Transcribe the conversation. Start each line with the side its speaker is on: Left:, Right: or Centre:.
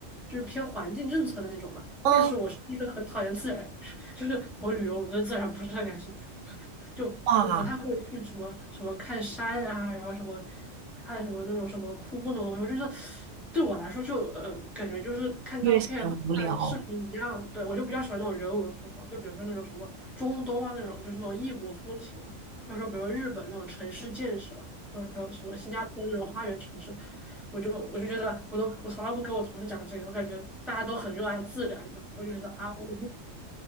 Centre: 就是偏环境政策的那种嘛，
Right: 嗯，
Centre: 但是我是一个很讨厌自然，<laughs> 就是我旅游我对自然不是很感兴趣，就我不太会去什么什么看山啊，
Right: 哇，
Centre: 然后什么看什么那种什么瀑布那种，我就是对我来说就呃感觉就是看照片和看视频一样，
Right: 越显无聊，
Centre: 对我就比较喜欢那种人文风光，就比如说那种什么中东啊那种，就是那种异国风情。或者说比如日本那种城市建设，或者说什么新加坡那种花园城市，我就我就觉得我都我从来不跟我同事讲这个，我感觉大家都很热爱自然，你知道吗，我就觉得啊，我